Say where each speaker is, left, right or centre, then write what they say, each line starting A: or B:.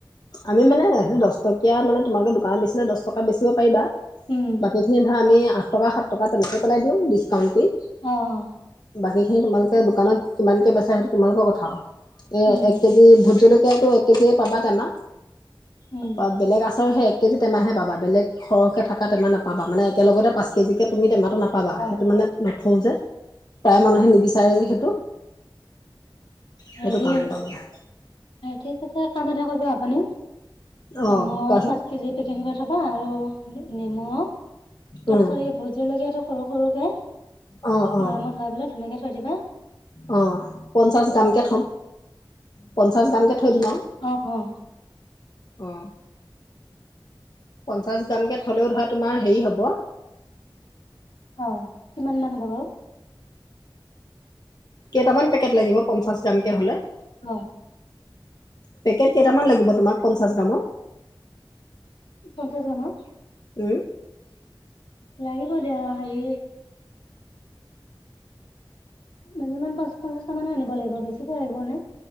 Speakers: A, on the left; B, on the left.
A: আমি মানে সেইটো দহ টকীয়া মানে তোমালোকে দোকানত বেচিলে দহ টকা বেচিব পাৰিবা
B: উম,
A: বাকী খিন ধৰ আমি আঠ টকা সাত টকা তেনেকে পেলাই দিও কমকৈ
B: অ',
A: বাকীখিনি তোমালোকে দোকানত কিমানকে বেচা সেইটো তোমালোকৰ কথা আৰু এ
B: উম,
A: এক কেজি ভোট জলকীয়াতো কেজিয় পাবা টেমাহ
B: উম।
A: তাপা বেলেগ আছে সেই একেজি টেমাহে পাবা বেলেগ সৰহকে থকা নাপাবা মানে একলগতে পাঁচ কেজিকে তুমি টেমা নাপাবা
B: অ',
A: সেইটো মানে থওঁ যে প্ৰায় মানুহে নিবিচাৰে যে সেইটো
B: হেৰি
A: সেইটো কাৰণে তাৰমানে
B: ঠিক আছে কাম এটা কৰিব আপুনি
A: অ'
B: আমৰ
A: কোৱাচোন
B: পাঁচ কেজি পেকিন কৰি থবা আৰু নেমুঅ তাৰ
A: উম
B: পিছত এই ভোট জলকীয়াাতটো সৰু সৰুকে
A: অ' অ'
B: বয়ামত ভৱাই পেলাই ধুনীয়াকে থ ধৰিবা
A: অ পঞ্চাশ গামকে পঞ্চাছ গ্ৰামকে থৈ দিম আও
B: অ', অ',
A: অ পঞ্চাশ গ্ৰামকে থলেও ধৰা তোমাৰ হেৰি হ'ব
B: অ কিমান মান হ'ব বাৰু
A: কেইটামান পেকেট লাগিব পঞ্চাশ গ্ৰাম কে হলে
B: অ
A: পেকেট কেইটামান লাগিব তোমাক পঞ্চাশ গ্ৰামৰ
B: পঞ্চাশ গামৰ।
A: উম
B: লাগিব দিয়া হেৰি মিনিমাম পঞ্চা পঞ্চাশটা মানে আনিব লাগিব বেছিকৈ লাগিব নে?